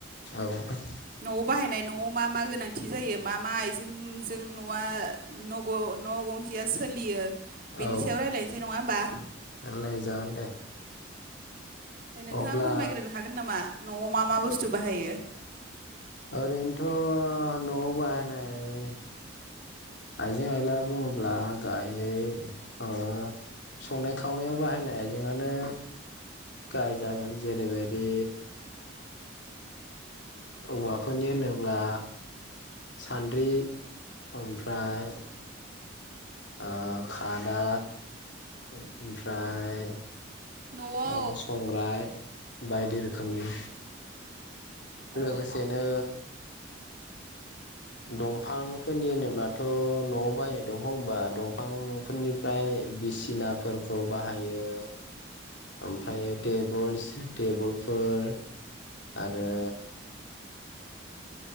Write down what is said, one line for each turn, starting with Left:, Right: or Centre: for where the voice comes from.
Left: औ नोंथां
Right: न'आव बाहायनाय न'आव मा मा गोनांथि जायो मा मा आइजेंजों न'आ। नग न <unintelligible> ' गंसेया सोलियो बेनि
Left: औ
Right: सायाव रायज्लायनोसै नङा होमबा।
Left: रायलाय जागोन दे
Right: द <unintelligible> नोंथाङा
Left: अब्ला
Right: फोरमायग्रोनो हागोन नामा न'आव मा मा बुस्थु बाहायो।
Left: ओरैनोथ' न'आव बाहायनाय। आइजें आइला बुङोब्ला गाहायै ओ संनाय खावनायाव बाहायनाय आइजेंआनो गाय <unintelligible> जागोन जेरैबायदि औवाफोरनि होनोब्ला। सान्द्रि ओमफ्राय ओ खादा ओमफ्राय।
Right: न'आव
Left: ओ संग्राय बायदि रोखोमनि
Right: औ
Left: लोगोसे नो। दंफांफोरनि होनोब्लाथ' न'आव बाहायनाय दंफां होनबा दंफांफोरनिफ्राय। बिसिनाफोरखौ बाहायो ओमफ्राय टेबोल <unintelligible> टेबोलफोर आरो।